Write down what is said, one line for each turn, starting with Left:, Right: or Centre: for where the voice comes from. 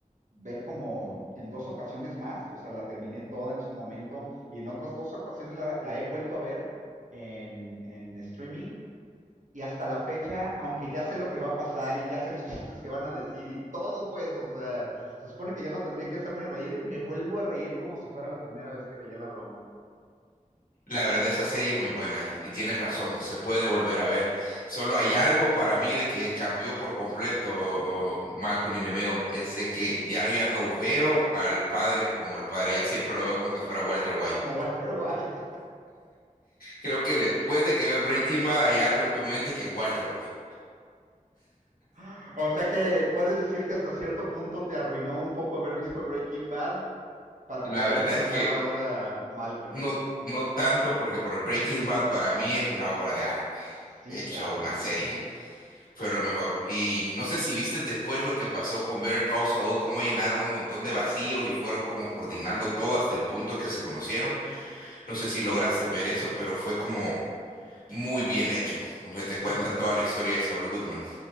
Right: ver como en dos ocasiones más, o sea, la terminé toda en su momento y en otras dos ocasiones la, la he vuelto a ver en, en streaming y hasta la fecha, aunque ya sé lo que va a pasar y ya sé los <laughs> chistes que van a decir y todo, pues, o sea, se supone que ya no tendría que hacerme reír, me vuelvo a reír como si fuera la primera vez que veía la broma,
Left: La verdad, esa serie es muy buena y, y tienes razón, se puede volver a ver. Solo hay algo para mí de que cambió por completo oh, Malcolm in the Middle, es de que ya, ya no veo al padre como el padre, ya siempre lo veo como que fuera Walter White.
Right: como Walter White.
Left: Creo que después de que ves Breaking Bad hay algo en tu mente que Walter White.
Right: <laughs> o sea que puedes decir que hasta cierto punto te arruinó un poco haber visto Breaking Bad para
Left: La
Right: poder
Left: verdad
Right: disfrutar
Left: es que
Right: ahora Malcolm.
Left: no, no tanto porque por Breaking
Right: <laughs>
Left: Bad para mí es una obra de arte,
Right: Sí,
Left: hecho
Right: claro.
Left: una serie.
Right: ujú.
Left: Fue lo mejor. Y no sé si viste después lo que pasó con Better Call Saul, cómo llenaron un montón de vacíos y fueron como coordinando todo hasta el punto que se conocieron. No sé si lograste ver eso, pero fue como muy bien hecho, donde te cuentan
Right: Sí,
Left: toda la historia de Saul Goodman.